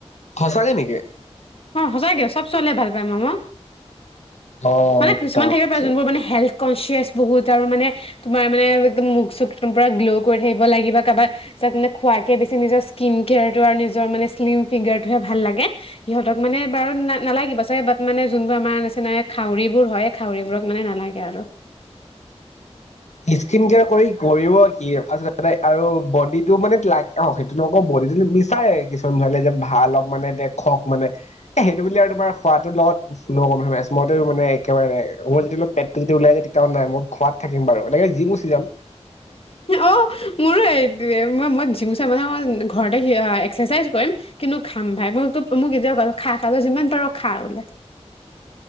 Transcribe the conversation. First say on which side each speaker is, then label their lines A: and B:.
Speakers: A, on the left; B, on the left.
A: সঁচাকে নেকি?
B: অ'! সঁচাকে। চব ছোৱালীয়ে ভাল পায় ম'ম'।
A: অ
B: মানে, কিছুমান
A: তাকে
B: থাকিব পাৰে। যোনবোৰ মানে, হেল্থ কনচিয়াচ বহুত আৰু মানে তোমাৰ মানে, একদম মুখ চুখ একদম পুৰা গ্ল' কৰি থাকিব লাগিব বা কাৰোবাৰ যাক মানে, খোৱাতকে বেছি নিজৰ স্কিন কেয়াৰটো আৰু নিজৰ মানে শ্লিম ফিগাৰটোহে ভাল লাগে। সিহঁতক মানে, বাৰু নালাগিব চাগে বাত মানে, যোনবোৰ আমাৰ নিচিনা খাউৰিবোৰ হয়, খাউৰিবোৰক মানে নালাগে আৰু।
A: স্কিন কেয়াৰ কৰি কৰিব কি, ফাৰ্ষ্টতে আৰু বডি টো মানে লাগ অ'! সেইটো নকবৈ, তেতিয়াটো মিছ চাই কিছুমানে ছোৱালীয়ে যেন ভাল অলপ মানে দেখক, মানে এ, সেইটো বুলি আৰু তোমাৰ খোৱাটোৰ লগত নো কম্প্ৰমাইজ। মইতো মানে, একেবাৰে মই যদি অলপ পেটটো যদি ওলাই যায়, তেতিয়াও নাই, মই খোৱাত থাকিম বাৰু। লাগিলে জিম গুচি যাম।
B: অ <unintelligible> মই জিম গুচা মানে, মই ঘৰতে এক্সাৰচাইজ কৰিম। কিন্তু খাম ভাই। মইটো মোক কেতিয়াওঁ বাধা খা, খা তই যিমান পাৰ খা বোলে।